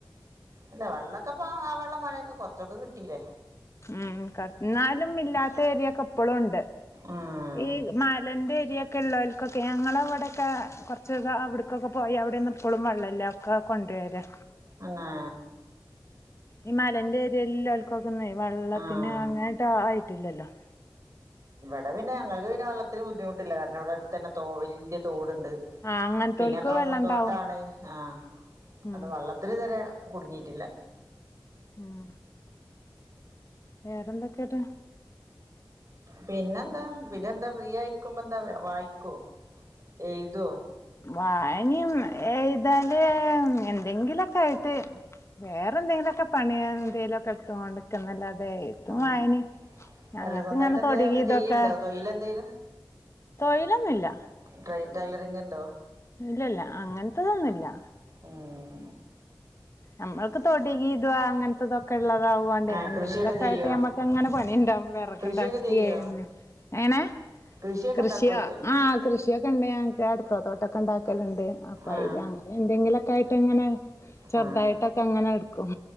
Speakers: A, on the right; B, on the left.
A: അല്ല വെള്ള പ്പ ആ വെള്ളം മഴയൊക്കെ കുറച്ചൊക്കെ കിട്ടീല്ലേ
B: ഉം ക എന്നാലും ഇല്ലാത്ത ഏരിയയൊക്കെ ഇപ്പളും ഒണ്ട്
A: ആഹ്
B: ഈ മലേന്റ്റേ രിയൊക്കെ ഉള്ളോർക്കൊക്കെ ഞങ്ങളവിടെക്കെ കൊറച്ച് ദ് അവിടെക്കെക്കെ പോയി അവിടെന്നും ഇപ്പളും വെള്ളല്ല ഒക്കെ കൊണ്ട്‌രാ
A: അന്നാ
B: ഇ മലേന്റെ ഏരിയേല് ല്ല ലാൽകൊക്കെ വെള്ളത്തിന്
A: ആഹ്
B: അങ്ങേട്ട് ആയിട്ടില്ലല്ലോ
A: അ പിന്നെ ഞങ്ങക്ക് പിന്നെ വെള്ളത്തിന് ബുദ്ധിമുട്ട് ഇല്ല കാരണം അവിടെ അടുത്തന്നെ തോ വല്യ തോട് ട്ണ്ട്
B: ആഹ് അങ്ങനത്തോൽക്ക്
A: പിന്നെ കവ്ങ്ങും
B: വെള്ളണ്ടാവും
A: തോട്ടാണ് ആ
B: ഉം
A: അട് വള്ളത്തിനിതുരെ കുടുങ്ങി ട്ടില്ല
B: ഉം വേറെന്തൊക്കെട്ട്
A: പിന്നെന്താ പിന്നെ എന്താ ഫ്രീ ആയിരിക്കുമ്പോ എന്താ വായിക്കോ എയ്തോ
B: വായനും ഏയ്തല് എന്തെങ്കിലൊക്കായിട്ട് വേറെ എന്തെങ്കിലുമൊക്കെ പണിയാന് ലൊക്കെ എടുത്തോണ്ടിക്ക്ന്നല്ലാതെ എയ്ത്തും
A: ഉം
B: വായനയും ഞങ്ങക്കിങ്ങനെ
A: അല്ല സ്വന്തമായിട്ട് എന്തേ
B: തൊടങ്ങീതൊക്കെ
A: ചെയ്യണ്ടോ തൊഴിലെന്തേലും
B: തൊഴിലൊന്നില്ല
A: ട്ര ടൈലറിംഗ്ണ്ടോ
B: ഇല്ലല്ല അങ്ങനത്തതൊന്നുംല്ലാ
A: ഉം
B: നമ്മൾക്ക് തൊടിഗീതുവാ അങ്ങനത്തെതൊക്കെ ഉള്ളതാവ്വണ്ടെ
A: ആ
B: എന്തെങ്കിലൊക്കെ
A: കൃഷിയൊക്കെ ചെയ്യോ
B: ആയിട്ട് ഞമ്മക്ക്ങ്ങനെ പണിണ്ടാവും വിറക്ണ്ടാക്കിയെ
A: കൃഷിയൊക്കെ ചെയ്യോ
B: എനെ എങ്നെ
A: കൃഷിയൊക്കെ
B: കൃഷിയോ
A: ഉണ്ടാക്കോയ്ക്ക
B: ആ കൃഷിയൊക്കെണ്ട് ഞക്ക് അടുക്കള തോട്ടൊക്കെണ്ടാക്കലുണ്ട് അപ്പ
A: ആ
B: അയ്ല് അങ്ങനെ ന്തെങ്കിലുക്കെ ഒക്കെയായിട്ട്ങ്ങനെ ചെറുതായിട്ടൊക്കെ
A: ആ
B: അങ്ങനെ എടുക്കും